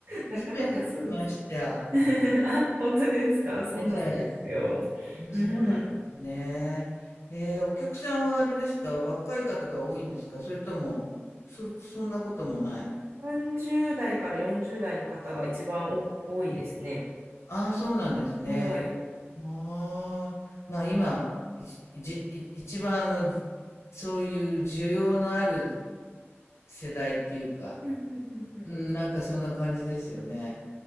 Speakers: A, on the right; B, on the left.
A: なかなかそうですね。
B: 初めて聞きました。
A: <laughs> あ、本当ですか。そうなんですよ。
B: ええ。あ、
A: うん。
B: そうなんですね。ええ、お客さんはあれですか、若い方が多いんですか、それとも、そ、そんなこともない。
A: 30代から40代の方が一番多多いですね。
B: ああ、そうなんですね。
A: はい。
B: ああ、まあ今、いちいちい一番の、そういう需要のある世代っていうか、
A: うんうんうんうん
B: うん、なんかそんな感じですよね。